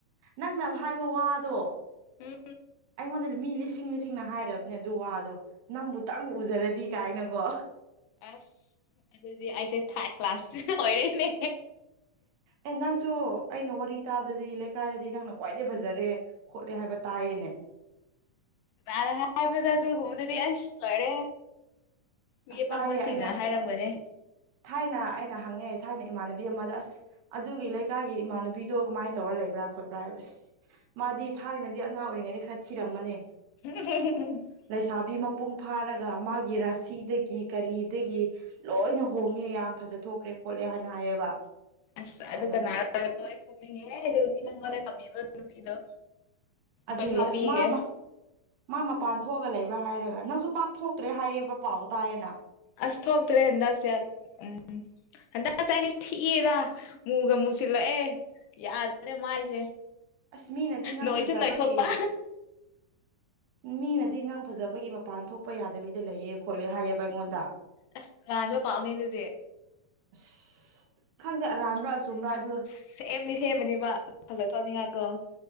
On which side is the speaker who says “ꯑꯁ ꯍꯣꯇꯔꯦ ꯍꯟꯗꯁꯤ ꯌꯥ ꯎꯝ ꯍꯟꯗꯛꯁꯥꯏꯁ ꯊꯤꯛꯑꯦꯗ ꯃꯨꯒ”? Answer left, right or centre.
Left